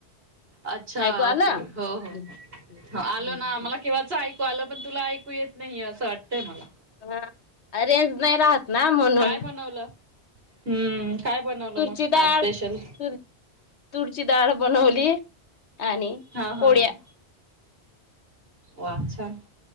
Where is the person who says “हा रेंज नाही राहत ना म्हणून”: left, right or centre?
Left